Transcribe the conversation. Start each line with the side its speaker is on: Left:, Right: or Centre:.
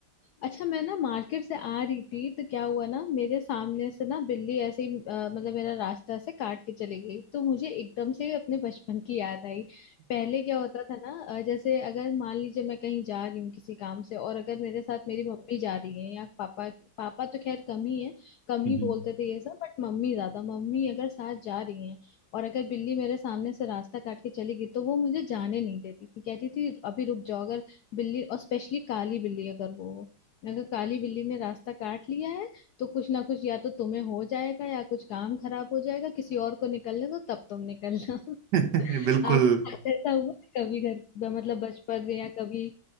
Left: अच्छा मैं ना मार्केट से आ रही थी तो क्या हुआ ना मेरे सामने से ना बिल्ली ऐसे ही अ, मतलब मेरा रास्ता ऐसे काट के चली गई तो मुझे एकदम से अपने बचपन की याद आई पहले क्या होता था ना अ, जैसे अगर मान लीजिए मैं कहीं जा रही हूँ किसी काम से और अगर मेरे साथ मेरी मम्मी जा रही है या पापा पापा तो खैर कम ही है कम ही
Right: हम्म।
Left: बोलते थे ये सब बट मम्मी ज्यादा मम्मी अगर साथ जा रही है और अगर बिल्ली मेरे सामने से रास्ता काट के चली गई तो वो मुझे जाने नहीं देती थी कहती थी अभी रुक जाओ अगर बिल्ली और स्पेशली काली बिल्ली अगर वो हो अगर काली बिल्ली ने रास्ता काट लिया है तो कुछ ना कुछ या तो तुम्हें हो जाएगा या कुछ काम खराब हो जाएगा किसी और को निकलने दो तब तुम निकलना <laughs>
Right: <laughs> बिल्कुल
Left: आपके साथ ऐसा हुआ है कभी घर मतलब बचपन में या कभी